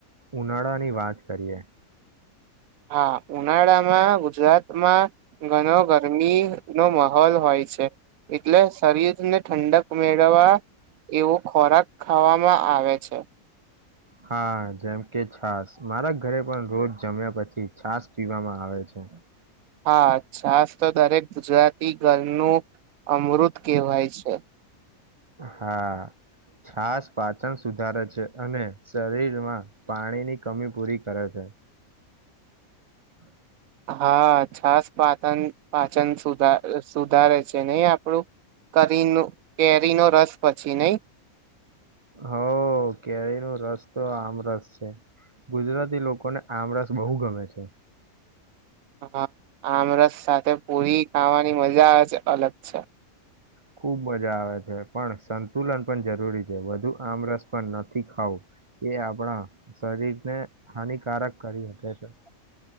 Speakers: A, on the right; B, on the right.
A: ઉનાળાની વાત કરીએ
B: હા ઉનાળામાં ગુજરાતમાં ઘણ ગરમી નો માહોલ હોય છે એટલે શરીરને ઠંડક મેળવવા એવો ખોરાક ખાવામાં આવે છે
A: હા જેમ કે છાસ મારા ઘરે પણ રોજ જમ્યા પછી છાસ પીવામાં આવે છે
B: હા છાસ તો દરેક ગુજરાતી ગલનું અમૃત કહેવાય છે
A: હા છાસ પાચન સુધારે છે અને શરીરમાં પાણીની કમી પૂરી કરે છે <inaudible>
B: હા છાસ પાતન પા વચન સુધ સુધારે છે નહી આપણું કરી કેરીનો રસ પછી નહી
A: હ કેરી ન રસ તો આમરસ છે ગુજરાતી લોકોને આમરસ બહુ ગમે છે
B: હ આમરસ સાથે પૂરી ખાવાની મજા જ અલગ છે
A: ખુબ મજા આવે છે પણ સંતુલન પણ જરૂરી છે વધુ આમ રસ પણ નથી ખાવું એ આપણા શરીરને હાનિકારક કરી શકે છે